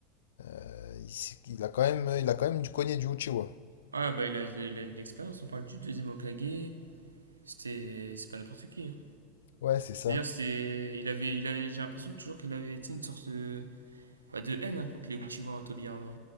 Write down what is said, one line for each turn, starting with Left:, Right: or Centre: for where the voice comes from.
Left: euh, il, s'est- il a quand même, il a quand même du cogné du Uchiwa.
Right: Ah bah il a, il a de l'expérience, on parle du deuxième Hokage, c'était, c'est pas n'importe qui. hein.
Left: Ouais, c'est ça.
Right: D'ailleurs, c'était, il avait, il a- j'ai l'impression toujours qu'il avait été une sorte de, bah, de haine hein, contre les Uchiwa en Tobirama.